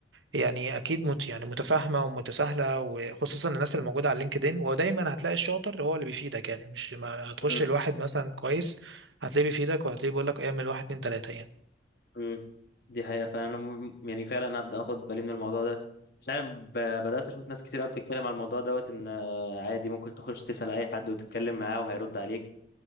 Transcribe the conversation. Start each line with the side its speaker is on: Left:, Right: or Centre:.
Right: يعني اكيد مت... يعني متفاهمة ومتساهلة وخصوصا الناس اللي موجودة على لينكدين ودايما هتلاقي الشاطر هو اللي بيفيدك يعني مش ما هتخش
Left: مم.
Right: لواحد مثلا كويس هتلاقيه بيفيدك وهتلاقيه بيقول لك اعمل واحد اتنين تلاتة يعني
Left: مم. دي حقيقة فأنا م- يعني فعلا هبدأ أخد بالي من الموضوع ده فعلا ب- بدأت أشوف ناس كتير قوي بتتكلم على الموضوع دوت إن آه، عادي ممكن تخش تسأل أي حد وتتكلم معاه وهيرد عليك